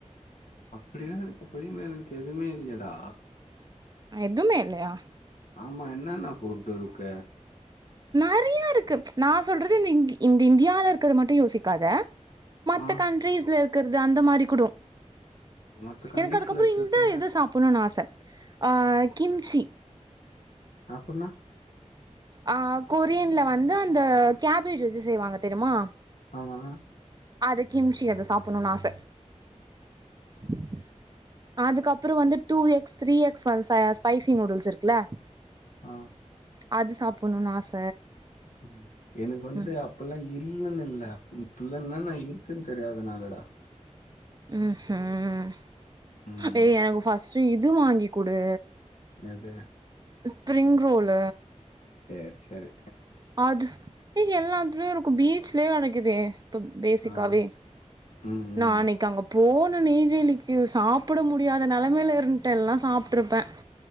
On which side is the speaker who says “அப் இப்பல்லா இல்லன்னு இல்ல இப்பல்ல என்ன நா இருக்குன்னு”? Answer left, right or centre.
Left